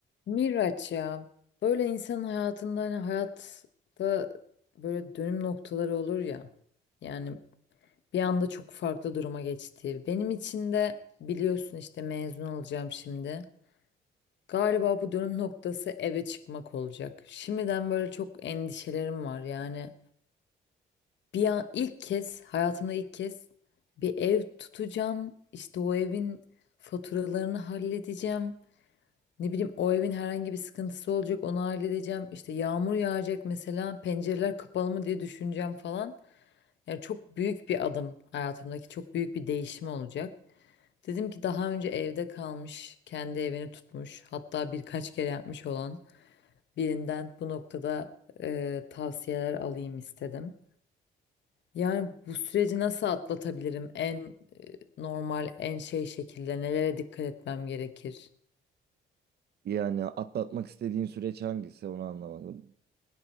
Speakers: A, on the left; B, on the right.
A: Miraç ya böyle insan hayatında hani hayatta böyle dönüm noktaları olur ya yani bir anda çok farklı duruma geçti. Benim için de biliyorsun işte mezun olacağım şimdi. Galiba bu dönüm noktası eve çıkmak olacak. Şimdiden böyle çok endişelerim var yani bir an ilk kez hayatımda ilk kez bir ev tutacağım işte o evin faturalarını halledeceğim. Ne bileyim o evin herhangi bir sıkıntısı olacak onu halledeceğim. İşte yağmur yağacak mesela pencereler kapalı mı diye düşüneceğim falan. Yani çok büyük bir adım hayatımdaki çok büyük bir değişim olacak. Dedim ki daha önce evde kalmış, kendi evini tutmuş, hatta birkaç kere yapmış olan birinden bu noktada e, tavsiyeler alayım istedim. Yani bu süreci nasıl atlatabilirim? En e, normal, en şey şekilde nelere dikkat etmem gerekir?
B: Yani atlatmak istediğin süreç hangisi onu anlamadım.